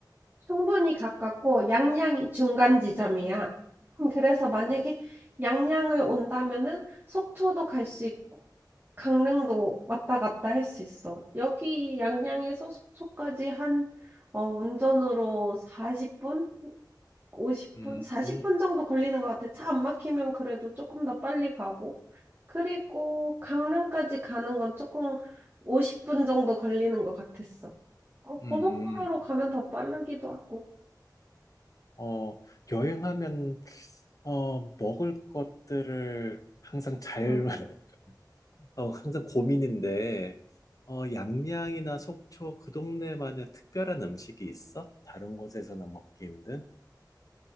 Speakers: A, on the right; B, on the left.
A: 충분히 가깝고 양양이 중간 지점이야. <clears throat> 음, 그래서 만약에 양양을 온다면은 속초도 갈 수 있고 강릉도 왔다 갔다 할 수 있어. 여기 양양에서 속초까지 한 어, 운전으로 40분, 50분,
B: 음,
A: 40분
B: 음,
A: 정도 걸리는 것 같아. 차 안 막히면 그래도 조금 더 빨리 가고. 그리고 강릉까지 가는 건 조금 50분 정도 걸리는 것 같았어. 어, 고속도로로
B: 음.
A: 가면 더 빠르기도 하고.
B: 어, 여행하면 어, 먹을 것들을 항상 잘,
A: 응.
B: <laughs> 어, 항상 고민인데, 어, 양양이나 속초 그 동네만의 특별한 음식이 있어? 다른 곳에서나 먹기 힘든?